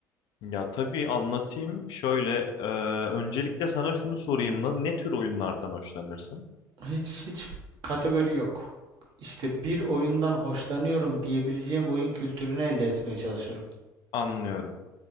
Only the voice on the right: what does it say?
Hiç hiç kategori yok. İşte bir oyundan hoşlanıyorum diyebileceğim oyun kültürünü elde etmeye çalışıyorum.